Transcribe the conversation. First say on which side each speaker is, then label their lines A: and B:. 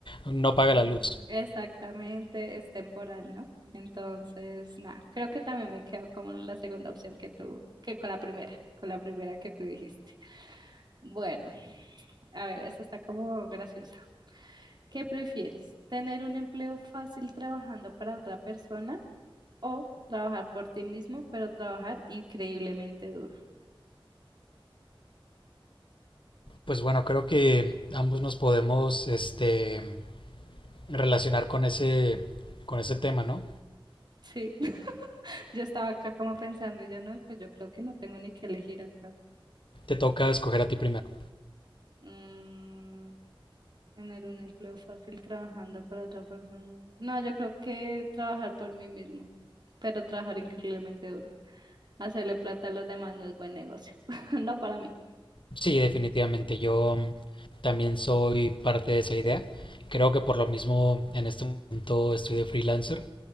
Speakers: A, on the left (about 60°); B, on the right (about 50°).
A: no
B: Mm,
A: paga la luz.
B: Exactamente, es temporal, ¿no? Entonces, nada, creo que también me quedo con la segunda opción que tú, que con la primera, con la primera que tú dijiste. Bueno, a ver, esta está como graciosa. ¿Qué prefieres? ¿Tener un empleo fácil trabajando para otra persona o trabajar por ti mismo, pero trabajar increíblemente duro?
A: Pues bueno, creo que ambos nos podemos, este, relacionar con ese, con ese tema, ¿no?
B: Sí, <laughs> yo estaba acá como pensando y yo no, pues yo creo que no tengo ni que elegir acá.
A: Te toca escoger a ti primero.
B: Mm, tener un empleo fácil trabajando para otra persona. No, yo creo que trabajar por mí mismo, pero trabajar increíblemente duro. Hacerle plata a los demás no es buen negocio, <laughs> no para mí.
A: Sí, definitivamente. Yo también soy parte de esa idea. Creo que por lo mismo en este momento estoy de freelancer,